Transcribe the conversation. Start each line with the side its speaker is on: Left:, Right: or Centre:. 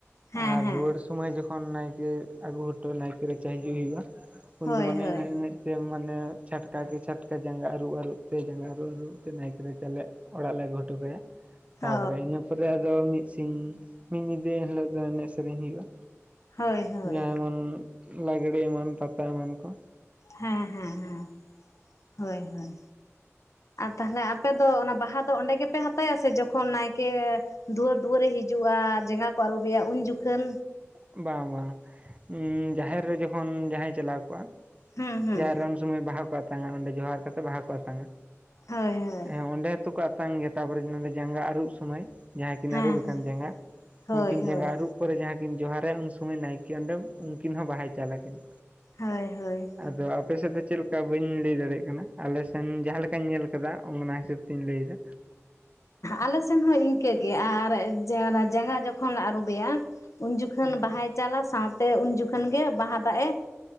Left: ᱦᱮᱸ
Right: ᱟᱨ
Left: ᱦᱮᱸ
Right: ᱨᱩᱣᱟᱹᱲ ᱥᱩ ᱥᱳᱢᱳᱚᱭ ᱡᱚᱠᱷᱚᱱ ᱱᱟᱭᱠᱮ ᱟᱹᱜᱩ ᱦᱚᱴᱚ ᱱᱟᱭᱠᱮ ᱨᱟᱪᱟ ᱦᱤᱡᱩᱜ ᱦᱩᱭᱩᱜ-ᱟ ᱩᱱ
Left: ᱦᱳᱭ
Right: ᱫᱚ ᱢᱟᱱᱮ
Left: ᱦᱳᱭ
Right: ᱮᱱᱮᱡ ᱮᱱᱮᱡ ᱥᱮ ᱢᱟᱱᱮ ᱪᱷᱟᱴᱠᱟ ᱠᱮ ᱪᱷᱟᱴᱠᱟ ᱡᱟᱸᱜᱟ ᱟᱹᱨᱩ ᱟᱹᱨᱩᱵ ᱛᱮ ᱡᱟᱸᱜᱟ ᱟᱹᱨᱩᱵ ᱟᱹᱨᱩᱵ ᱛᱮ ᱱᱟᱭᱠᱮ ᱪᱟᱞᱟᱜ ᱚᱲᱟᱜ ᱞᱮ ᱟᱹᱜᱩ ᱦᱚᱴᱚ ᱠᱟᱭᱟ ᱛᱟᱨᱯᱚᱨᱮ
Left: ᱚ
Right: ᱤᱱᱟᱹ ᱯᱚᱨᱮ ᱟᱫᱚ ᱢᱤᱫ ᱥᱤᱧ ᱢᱤᱫ ᱧᱤᱫᱟᱹ ᱮᱱ ᱦᱤᱞᱳᱜ ᱫᱚ ᱮᱱᱮᱡ ᱥᱮᱨᱮᱧ ᱦᱩᱭᱩᱜ-ᱟ
Left: ᱦᱳᱭ ᱦᱳᱭ
Right: ᱡᱮᱢᱚᱱ ᱞᱟᱜᱽᱲᱮ ᱮᱢᱟᱱ ᱯᱟᱛᱟ ᱮᱢᱟᱱ ᱠᱚ
Left: ᱦᱮᱸ ᱦᱮᱸ ᱦᱮᱸ ᱦᱳᱭ ᱦᱳᱭ ᱟᱨ ᱛᱟᱦᱚᱞᱮ ᱟᱯᱮ ᱫᱚ ᱚᱱᱟ ᱵᱟᱦᱟ ᱫᱚ ᱚᱸᱰᱮ ᱜᱮᱯᱮ ᱦᱟᱛᱟᱭᱟ ᱥᱮ ᱡᱚᱠᱷᱚᱱ ᱱᱟᱭᱠᱮ ᱫᱩᱣᱟᱹᱨ ᱫᱩᱣᱟᱹᱨᱮ ᱦᱤᱡᱩᱜᱼᱟ ᱡᱟᱸᱜᱟ ᱠᱚ ᱟᱹᱨᱩᱵᱮᱭᱟ ᱩᱱ ᱡᱚᱠᱷᱚᱱ
Right: ᱵᱟᱝ ᱵᱟᱝ ᱡᱟᱦᱮᱸᱨ ᱨᱮ ᱡᱚᱠᱷᱚᱱ ᱡᱟᱦᱟᱸᱭ ᱪᱟᱞᱟᱣ ᱠᱚᱜ-ᱟ
Left: ᱦᱩᱸ ᱦᱩᱸ
Right: ᱡᱟᱦᱮᱸᱨ ᱨᱮ ᱩᱱ ᱥᱚᱢᱚᱭ ᱵᱟᱦᱟ ᱠᱚ ᱟᱛᱟᱝ-ᱟ ᱚᱸᱰᱮ ᱡᱚᱦᱟᱸᱨ ᱠᱟᱛᱮ ᱵᱟᱦᱟ ᱠᱚ ᱟᱛᱟᱝ-ᱟ
Left: ᱦᱳᱭ ᱦᱳᱭ
Right: ᱦᱮᱸ ᱚᱸᱰᱮ ᱡᱚᱛᱚ ᱠᱚ ᱟᱛᱟᱝ ᱜᱮᱭᱟ ᱛᱟᱯᱚᱨᱮ ᱱᱚᱰᱮ ᱡᱟᱸᱜᱟ ᱟᱹᱨᱩᱵ ᱥᱚᱢᱚᱭ ᱡᱟᱦᱟᱸ ᱠᱤᱱ
Left: ᱦᱮᱸ
Right: ᱟᱹᱨᱩᱵ ᱟᱠᱟᱱ
Left: ᱦᱮᱸ
Right: ᱡᱟᱸᱜᱟ
Left: ᱦᱳᱭ
Right: ᱩᱱᱠᱤᱱ
Left: ᱦᱳᱭ
Right: ᱡᱟᱸᱜᱟ ᱟᱹᱨᱩᱵ ᱯᱚᱨᱮ ᱡᱟᱦᱟᱸ ᱠᱤᱱ ᱡᱚᱦᱟᱸᱨ ᱮᱱ ᱥᱚᱢᱚᱭ ᱱᱟᱭᱠᱮ ᱚᱸᱰᱮ ᱩᱱᱠᱤᱱ ᱦᱚᱸ ᱵᱟᱦᱟᱭ ᱪᱟᱞ ᱟᱹᱠᱤᱱᱟ
Left: ᱦᱳᱭ ᱦᱳᱭ
Right: ᱟᱫᱚ ᱟᱯᱮ ᱥᱮᱫ ᱫᱚ ᱪᱮᱫ ᱞᱮᱠᱟ ᱵᱟᱹᱧ ᱞᱟᱹᱭ ᱫᱟᱲᱮᱭᱟᱜ ᱠᱟᱱᱟ ᱟᱞᱮ ᱥᱮᱱ ᱡᱟᱦᱟᱸ ᱞᱮᱠᱟᱧ ᱧᱮᱞ ᱠᱟᱫᱟ ᱚᱱᱟ ᱦᱤᱥᱟᱹᱵ ᱛᱤᱧ ᱞᱟᱹᱭᱫᱟ
Left: ᱟᱞᱮ ᱥᱮᱱ ᱦᱚᱸ ᱤᱱᱠᱟᱹᱜᱮ ᱟᱨ ᱡᱟᱸᱜᱟ ᱡᱚᱠᱷᱚᱱ ᱞᱮ ᱟᱹᱨᱩᱵᱮᱭᱟ ᱩᱱ ᱡᱚᱠᱷᱚᱱ
Right: ᱦᱩᱸ
Left: ᱵᱟᱦᱟᱭ ᱪᱟᱞ-ᱟ ᱥᱟᱶᱛᱮ ᱩᱱ ᱡᱚᱠᱷᱚᱱ ᱜᱮ ᱵᱟᱦᱟ ᱫᱟᱜ ᱮ